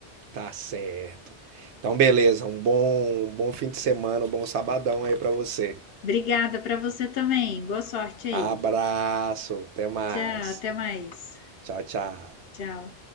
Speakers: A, on the right (about 80°); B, on the left (about 65°).
A: Tá certo. Então, beleza, um bom, um bom fim de semana, um bom sabadão aí pra você.
B: Obrigada para você também. Boa sorte aí.
A: Abraço, até mais.
B: Tchau, até mais.
A: Tchau, tchau.
B: Tchau.